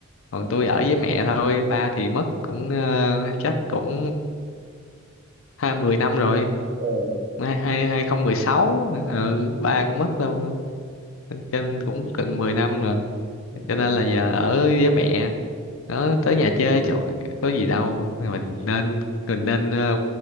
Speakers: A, on the left; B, on the right.
A: còn
B: ờ,
A: tôi ở với mẹ thôi ba thì mất cũng ờ, chắc cũng hai mười năm rồi
B: ồ
A: hai hai hai không mười sáu ừ, ba cũng mất đâu trên
B: ừ,
A: cũng gần mười năm rồi
B: ờ,
A: cho
B: ừ,
A: nên là giờ ở với mẹ nó tới nhà chơi trời có gì đâu mình
B: ừ.
A: nên mình nên ờ,